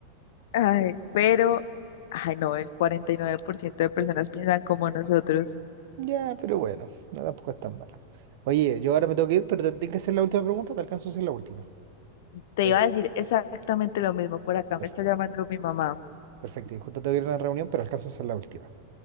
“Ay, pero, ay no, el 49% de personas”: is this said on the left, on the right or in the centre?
Left